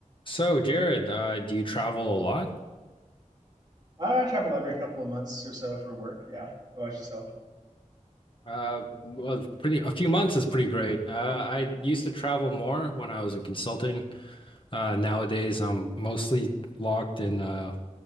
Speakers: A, on the left; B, on the right.
A: So, Jared, uh, do you travel a lot?
B: I travel every couple of months or so for work. Yeah. How about yourself?
A: Uh, well, pretty a few months is pretty great. Uh, I used to travel more when I was in consulting. Uh, nowadays, I'm mostly locked in uh,